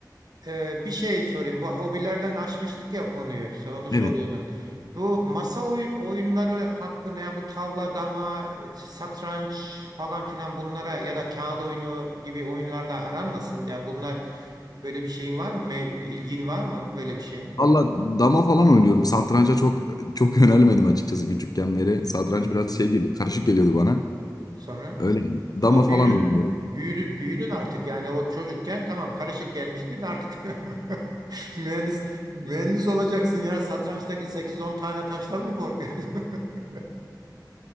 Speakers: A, on the right; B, on the left.
A: Ee, bir şey sorayım. Bu hobilerden açmıştık ya konuyu. Sen onu soruyordun.
B: evet.
A: Bu masa oy- oyunları hakkında ya bu tavla, dama, e, satranç falan filan bunlara ya da kağıt oyunu gibi oyunlarla aran nasıl? Yani bunlar böyle bir şeyin var mı? Me- ilgin var mı böyle bir şeye?
B: Valla dama falan oynuyorum. Satranca çok çok <laughs> yönelmedim açıkçası küçükken beri. Satranç
A: Hmm.
B: biraz şey geliyordu, karışık geliyordu bana.
A: Sonra
B: Öyle yani.
A: ama
B: Dama falan
A: büyüdün
B: oynuyorum.
A: büyüdün büyüdün artık. Yani o çocukken tamam karışık gelmiştir de artık <laughs> mühendis mühendis olacaksın ya. Satrançtaki sekiz on tane taştan mı korkuyorsun? <laughs>